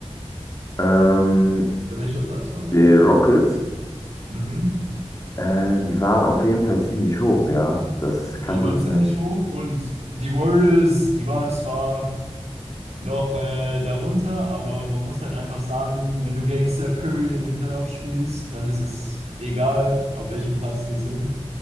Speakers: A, on the left; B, on the right.
A: Ähm,
B: Oder welcher Platz waren
A: die
B: die?
A: Rockets.
B: Mhm.
A: Äh, die waren auf jeden Fall ziemlich hoch, ja. Das kann
B: Ja, die
A: gut
B: waren ziemlich
A: sein.
B: hoch und die Warriors, die waren zwar noch äh, darunter, aber man muss halt einfach sagen, wenn du gegen Steph Curry in den Playoffs spielst, dann ist es egal, auf welchem Platz die sind.